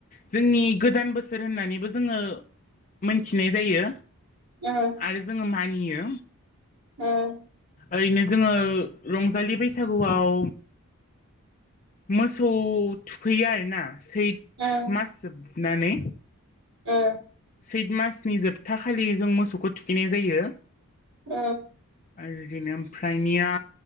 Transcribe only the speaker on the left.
जोंनि गोदान बोसोर होननानैबो जोङो। मोनथिनाय जायो
आरो जोङो मानियो।
ओरैनो जोङो रंजालि बैसागुआव। मोसौ थुखैयो आरोना। सैथ
मास जोबनानै।
सैथ मासनि जोबथा खालि जों मोसौखौ थुखैनाय जायो।
आरदिनो ओमफ्रायनिया